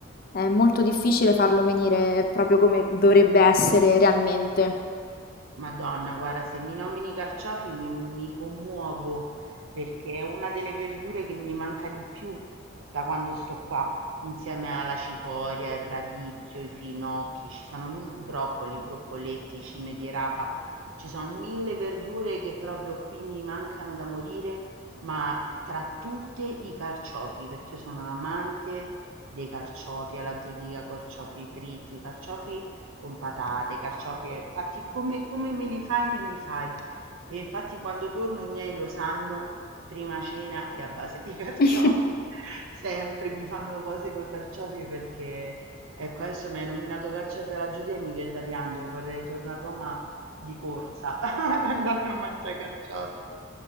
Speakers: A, on the left; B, on the right.
A: è molto difficile farlo venire proprio come dovrebbe essere realmente.
B: Madonna, guarda, se mi nomini i carciofi mi, mi commuovo perché è una delle verdure che mi manca di più da quando sto qua, insieme alla cicoria, il radicchio, i finocchi, ci sono mi- broccoli, broccoletti, cime di rapa, ci sono mille verdure che proprio qui mi mancano da morire, ma tra tutte i carciofi, perché io sono amante dei carciofi alla giudica, carciofi fritti, carciofi con patate, carciofi, eh, fatti come, come me li fai, me li fai. E infatti quando torno i miei lo sanno, prima cena è a base di carciofi,
A: <laughs>
B: <laughs> sempre mi fanno cose con i carciofi perché, ecco, adesso mi hai nominato carciofi alla Giudia e mi viene da piangere, vorrei tornare a Roma di corsa, <laughs> andarmi a mangiare carciofi.